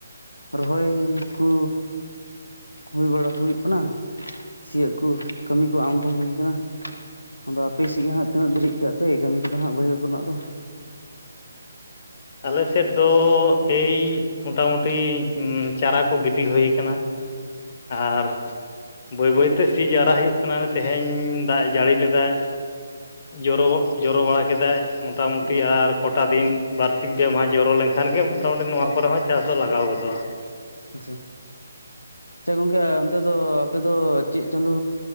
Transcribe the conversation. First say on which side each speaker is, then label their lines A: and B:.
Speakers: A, on the left; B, on the left.
A: ᱨᱚᱦᱚᱭ ᱠᱩ ᱦᱩᱭ ᱵᱟᱲᱟ ᱦᱩᱭᱩᱜ ᱠᱟᱱᱟ, ᱥᱤᱭᱳᱜ ᱠᱚ ᱠᱟᱹᱢᱤ ᱠᱚ ᱟᱢᱫᱚᱢ ᱦᱩᱭ ᱠᱟᱱᱟ? ᱟᱫᱚ ᱟᱯᱮᱥᱮᱫ ᱜᱮ ᱦᱟᱸᱜ ᱛᱤᱱᱟᱹᱜ ᱫᱷᱟᱨᱤᱡ ᱠᱟᱜ ᱯᱮ ᱠᱟᱹᱢᱤ ᱠᱚᱫᱚ ᱦᱟᱸᱜ ᱵᱟᱹᱭᱦᱟᱹᱲ ᱠᱚᱨᱮᱱᱟᱜ ᱫᱚ?
B: ᱟᱞᱮ ᱥᱮᱫ ᱫᱚ ᱮᱭ ᱢᱚᱴᱟᱢᱩᱴᱤ ᱪᱟᱨᱟ ᱠᱚ ᱜᱤᱰᱤ ᱦᱩᱭ ᱠᱟᱱᱟ ᱟᱨ ᱵᱟᱹᱭ ᱵᱟᱹᱭᱛᱮ ᱥᱤ ᱡᱟᱣᱨᱟ ᱦᱩᱭᱩᱜ ᱠᱟᱱᱟ ᱛᱮᱦᱮᱧ ᱫᱟᱜ-ᱮ ᱡᱟᱹᱲᱤ ᱞᱮᱫᱟᱭ ᱡᱚᱨᱚᱜᱚ ᱡᱚᱨᱚ ᱵᱟᱲᱟ ᱠᱮᱫᱟᱭ ᱢᱚᱴᱟᱢᱩᱴᱤ
A: ᱚ
B: ᱟᱨ ᱠᱚᱴᱟ ᱫᱤᱱ ᱵᱟᱨ ᱥᱤᱝ ᱯᱮ ᱢᱟᱦᱟ ᱡᱚᱨᱚ ᱞᱮᱱᱠᱷᱟᱱ ᱜᱮ ᱢᱚᱴᱟᱢᱩᱴᱤ ᱱᱚᱣᱟ ᱠᱚᱨᱮ ᱦᱚᱸ ᱪᱟᱥ ᱫᱚ ᱞᱟᱜᱟᱣ ᱜᱚᱫᱚᱜᱼᱟ ᱾
A: ᱟᱪᱪᱷᱟ ᱟᱪᱪᱷᱟ ᱜᱚᱝᱠᱮ ᱱᱚᱛᱮ ᱫᱚ ᱟᱯᱮ ᱫᱚ ᱪᱮᱫ ᱪᱟᱸᱫᱚ